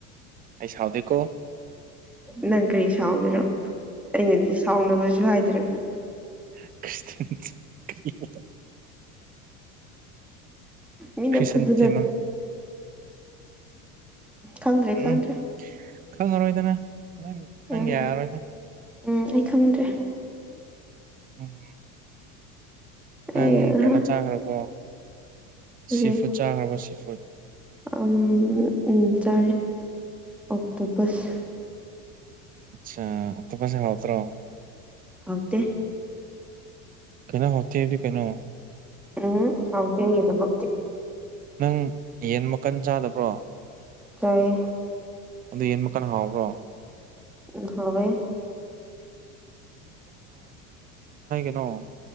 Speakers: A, on the right (about 20°); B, in the centre.
A: ꯑꯩ ꯁꯥꯎꯗ ꯀꯣ
B: ꯅꯪ ꯀꯔꯤ ꯁꯥꯎꯒꯦꯅꯣ ꯑꯩꯅꯗꯤ ꯁꯥꯎꯅꯕꯁꯨ ꯍꯥꯏꯗ꯭ꯔꯒ
A: <unintelligible>
B: ꯃꯤꯅ
A: ꯈ꯭ꯔꯤꯁꯟ
B: ꯐꯖꯅ
A: ꯇꯦꯝꯃꯝ
B: ꯈꯪꯗ꯭ꯔꯦ ꯈꯪꯗ꯭ꯔꯦ
A: ꯎꯝ ꯈꯪꯉꯔꯣꯏꯗꯅ ꯅꯪ ꯅꯪ
B: ꯎꯝ
A: ꯌꯥꯔꯔꯣꯏꯅ
B: ꯎꯝ ꯑꯩ ꯈꯪꯗ꯭ꯔꯦ
A: ꯎꯝ ꯅꯪ
B: ꯑꯩ ꯑꯍꯥ
A: ꯀꯩꯅꯣ ꯆꯥꯈ꯭ꯔꯕꯣ
B: ꯀꯔꯤ
A: ꯁꯤꯐꯨ ꯆꯥꯈ꯭ꯔꯕ ꯁꯤꯐꯨꯠ
B: ꯎꯝ ꯎꯝ ꯆꯥꯔꯦ ꯑꯣꯛꯇꯣ ꯄꯁ
A: ꯑꯆꯥ ꯑꯣꯛꯇꯣꯄꯁꯦ ꯍꯥꯥꯎꯇꯔꯣ
B: ꯍꯧꯇꯦ
A: ꯀꯩꯅꯣ ꯍꯧꯇꯦꯗꯤ ꯀꯩꯅꯣ
B: ꯎꯝ ꯍꯧꯇꯦ ꯑꯩ ꯑꯗꯨꯃꯛꯇꯤ
A: ꯅꯪ ꯌꯦꯟ ꯃꯈꯟ ꯆꯥꯗꯕ꯭ꯔꯣ
B: ꯆꯥꯌꯦ
A: ꯑꯗꯨ ꯌꯦꯟ ꯃꯈꯀꯅ ꯍꯥꯎꯕ꯭ꯔꯣ
B: ꯑꯨꯝ ꯍꯧꯌꯦ
A: ꯅꯣ